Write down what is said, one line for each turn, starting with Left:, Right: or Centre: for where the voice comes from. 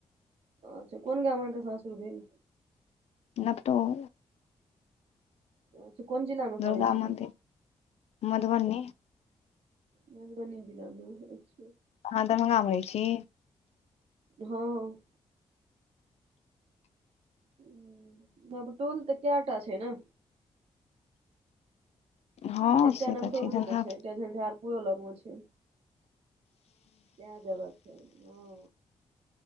Right: अच्छा कोन गाममे अहाँक सासुर भेल
Left: नबटोल
Right: अच्छा कोन जिलामे
Left: दुर्गा
Right: पड़ै छै
Left: मन्दिर मधुबनी
Right: मधुबनी जिलामे अच्छा
Left: अहाँ दरभंगा मे रहै छी
Right: हँ उम्म नबटोल तऽ कयटा छै ने
Left: हँ
Right: एकटा
Left: से
Right: नबटोल
Left: तऽ
Right: नै
Left: हँ
Right: ने छै एकटा झंझाड़पुर पूऱ लग मे छै कै जगह छै हँ